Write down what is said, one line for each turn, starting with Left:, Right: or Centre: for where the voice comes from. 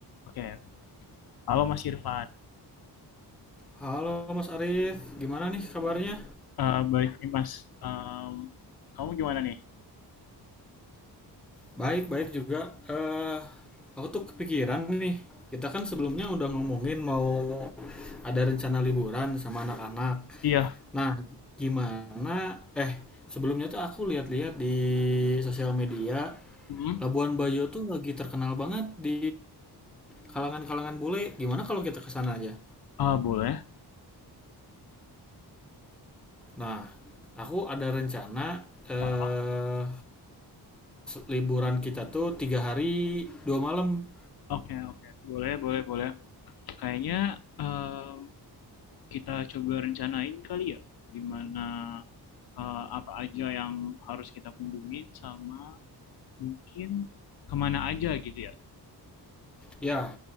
Left: Oke, halo Mas Irfan.
Centre: Halo Mas Arif, gimana nih kabarnya?
Left: Eh baik nih Mas, Em, kamu gimana nih?
Centre: Baik, baik juga. Eh, aku tuh kepikiran nih. Kita kan sebelumnya udah ngomongin mau ada rencana liburan sama anak-anak.
Left: Iya.
Centre: Nah, gimana? Eh, sebelumnya tuh aku lihat-lihat di sosial media,
Left: Hmm?
Centre: Labuan Bajo tuh lagi terkenal banget di kalangan-kalangan bule. Gimana kalau kita ke sana aja?
Left: Ah, boleh.
Centre: Nah, aku ada rencana eh
Left: Ah, ah,
Centre: liburan kita tuh tiga hari dua malam
Left: Oke, oke. Boleh, boleh, boleh. Kayaknya em, kita coba rencanain kali ya, gimana eh, apa aja yang harus kita kunjungin sama mungkin kemana aja gitu ya.
Centre: ya